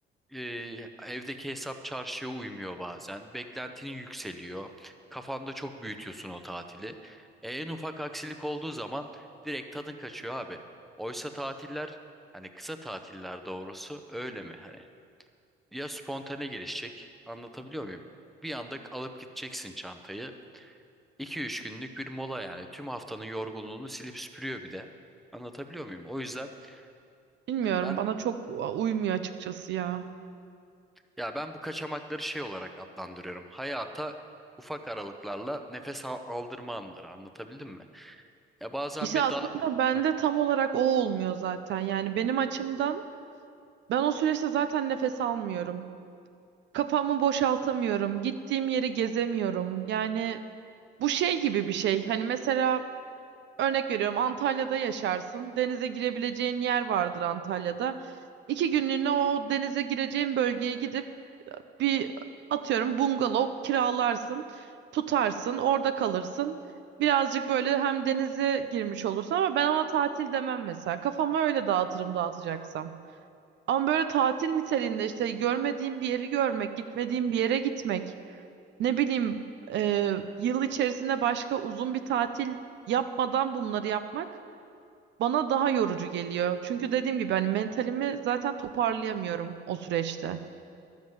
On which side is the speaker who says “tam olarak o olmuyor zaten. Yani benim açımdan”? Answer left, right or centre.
Right